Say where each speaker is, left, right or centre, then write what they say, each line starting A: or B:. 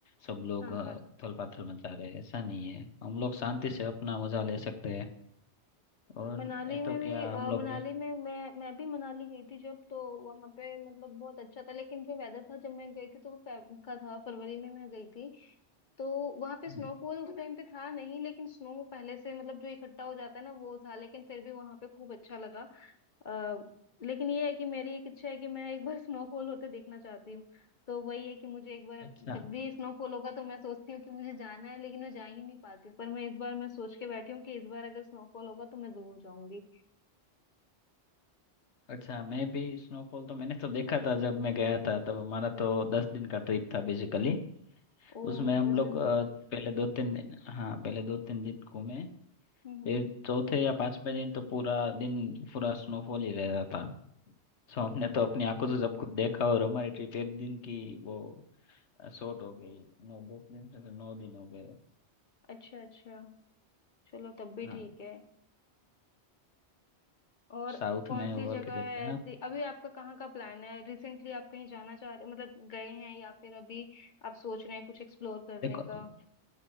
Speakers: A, on the left (about 80°); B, on the left (about 45°).
A: सब लोग
B: हाँ
A: उथल पाथल मचा रहे हैं ऐसा नहीं है हम लोग शांति से अपना मजा ले सकते हैं और
B: मनाली
A: मैं
B: में
A: तो
B: भी
A: क्या
B: अ,
A: हम लोग
B: मनाली
A: दोस्त
B: में मैं मैं भी मनाली गई थी जब तो वहां पे मतलब बहुत अच्छा था लेकिन जो वेदर था जब मैं गई थी तो वो फेब का था फरवरी में मैं गई थी तो वहां पे
A: हम्म,
B: स्नोफॉल उस टाइम पे था नहीं लेकिन स्नो पहले से मतलब जो इकट्ठा हो जाता है ना वो था लेकिन फिर भी वहां पे खूब अच्छा लगा अ, लेकिन ये है कि मेरी एक इच्छा है कि मैं एक बार <laughs> स्नोफॉल होते देखना चाहती हूँ तो वही है कि मुझे एक बार
A: अच्छा
B: जब भी स्नोफॉल होगा तो मैं सोचती हूँ कि मुझे जाना है लेकिन मैं जा ही नहीं पाती हूँ। पर मैं इस बार मैं सोच के बैठी हूँ कि इस बार अगर स्नोफॉल होगा तो मैं जरूर जाऊंगी
A: अच्छा मैं भी स्नोफॉल तो मैंने तो देखा था जब मैं गया था तब हमारा तो दस दिन का ट्रिप था बेसिकली
B: ओ
A: उसमें हम
B: दस
A: लोग
B: दिन
A: अ,
B: तो
A: पहले दो तीन दिन हाँ पहले दो तीन दिन घूमे
B: हम्म हम्म,
A: ये चौथे या पांचवें दिन तो पूरा दिन पूरा स्नोफॉल ही रहता था सो हमने तो अपनी आंखों से सब कुछ देखा और हमारी ट्रिप एक दिन की वो शॉर्ट हो गई नौ दस दिन से तो नौ दिन हो गए
B: अच्छा अच्छा चलो तब भी
A: हाँ
B: ठीक है और
A: साउथ
B: कौन
A: में
B: सी
A: और
B: जगह
A: किधर
B: है
A: गए
B: ऐसी
A: आप
B: अभी आपका कहाँ का प्लान है रिसेंटली आप कहीं जाना चाह रहे मतलब गए हैं या फिर अभी आप सोच रहे हैं कुछ एक्सप्लोर करने
A: देखो
B: का